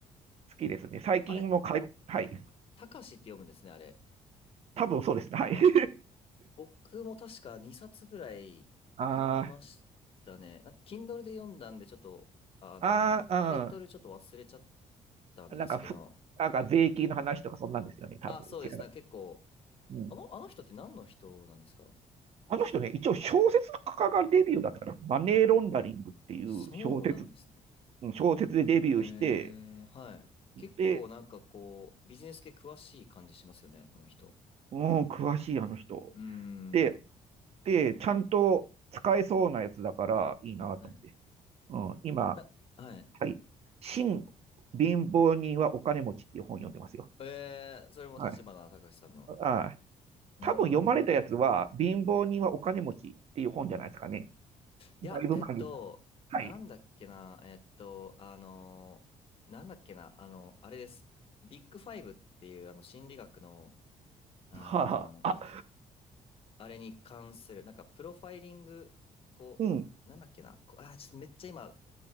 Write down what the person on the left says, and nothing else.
あれ、
たかしって読むんですね、あれ。
あ
僕も確か2冊ぐらい読みましたね。
なんか Kindle で読んだんで、ちょっと、あの、
タイトルちょっと忘れちゃったんですけど、
あ、そうです。なんか結構、
あの、あの人って何の人なんですか
あ、そうなんですね。
えー、はい。
結構なんかこう、ビジネス系詳しい感じしますよね、あの人。
うー
ん。
はい。
な、はい。
えー、それも立花隆さんの。
うー
ん。
いや、
えっと、
なんだっけな、えっと、あのーなんだっけな、あの、あれです。ビッグファイブっていう、あの、心理学の、あのー
あれに関する、なんか、プロファイリング、こう、
なんだっけな、こう、あー、ちょっとめっちゃ今、